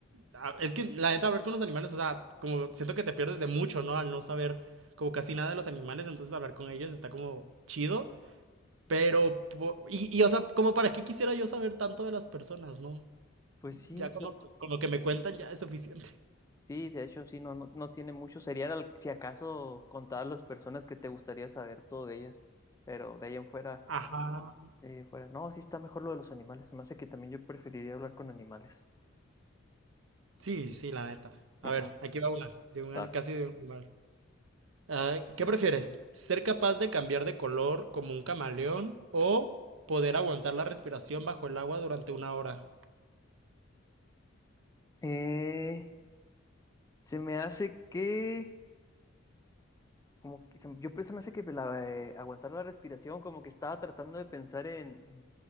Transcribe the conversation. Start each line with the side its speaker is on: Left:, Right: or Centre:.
Right: a- Es que la neta, hablar con los animales, o sea, como siento que te pierdes de mucho, ¿no? Al no saber como casi nada de los animales, entonces hablar con ellos está como chido. Pero, po- y, y o sea, como para qué quisiera yo saber tanto de las personas, ¿no?
Left: Pues sí,
Right: Ya con lo, que- con lo que me cuentan ya es suficiente.
Left: Sí, de hecho, sí, no, no, no tiene mucho. Sería al- si acaso contar las personas que te gustaría saber todo de ellas, pero de ahí en fuera,
Right: Ajá.
Left: eh, fuera. No, sí está mejor lo de los animales. Se me hace que también yo preferiría hablar con animales.
Right: Sí, sí, la neta. A
Left: Ujú,
Right: ver, aquí va una, de un,
Left: dale.
Right: ani- casi de un animal. Ah, ¿qué prefieres? ¿Ser capaz de cambiar de color como un camaleón o poder aguantar la respiración bajo el agua durante una hora?
Left: Eh, se me hace que, como que se- yo pues, se me hace que la, eh, aguantar la respiración, como que estaba tratando de pensar en,